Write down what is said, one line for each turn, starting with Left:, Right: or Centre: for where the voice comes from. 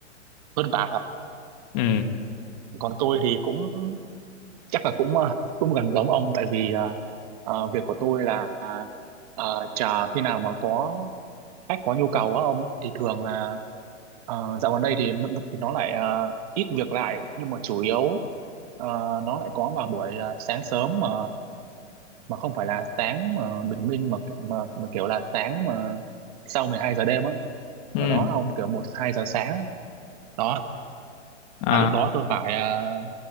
Right: vất vả thật
Left: ừ
Right: còn tôi thì cũng chắc là cũng ờ, cũng gần giống ông tại vì ờ, ờ, việc của tôi là ờ, chờ khi nào mà có khách có nhu cầu á ông thì thường là ờ, dạo gần đây thì nó, nó- thì nó lại ờ, ít việc lại nhưng mà chủ yếu ờ, nó lại có vào buổi ờ, sáng sớm mà mà không phải là sáng mà bình minh mà mà mà kiểu là sáng mà sau 12 giờ đêm á
Left: ừ
Right: kiểu đó ông kiểu một hai giờ sáng á. đó
Left: à
Right: là lúc đó tôi phải ờ,